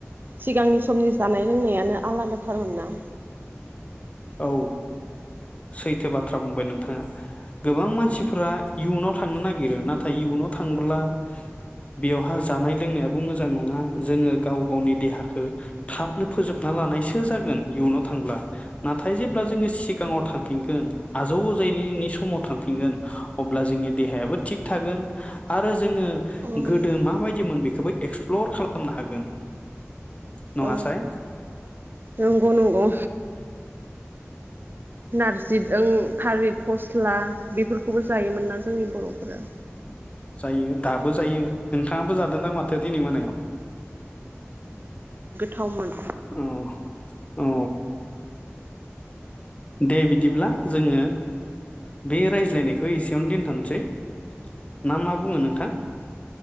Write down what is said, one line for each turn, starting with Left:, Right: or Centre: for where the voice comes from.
Right: सिगांनि समनि जानाय लोंनायानो आलादाथारमोन ना?
Left: औ सैथो बाथ्रा बुंबाय नोंथाङा गोबां मानसिफोरा इयुनाव थांनो नागिरो नाथाय इयुनाव थांब्ला बेवहाय जानाय लोंनाया बो मोजां नङा जोङो गाव गावनि देहाखौ थाबनो फोजोबना लानायसो जागोन इयुनाव थांब्ला नाथाय जेब्ला जोङो सिगाङाव थांफिनगोन आजौ आजैनि समाव थांफिनगोन अब्ला जोंनि देहयाबो थिख थागोन आरो जों जोङो
Right: औ
Left: गोदो मा बायदिमोन बेखौ एक्स प्लर खालामनो हागोन। नङासाय
Right: औ नंगौ नंगौ। नारजि जों थारिल फस्ला बेफोरखौबो जायोमोन ना जोंनि बर'फोरा।
Left: जायो दाबो जायो नोंथाङाबो जादोंदां माथो दिनै मोनायाव।
Right: थावमोन।
Left: अ अ दे बिदिब्ला जोङो बे रायज्लायनायखौ एसेयावनो दोनथ'सै। ना मा बुङो नोंथां?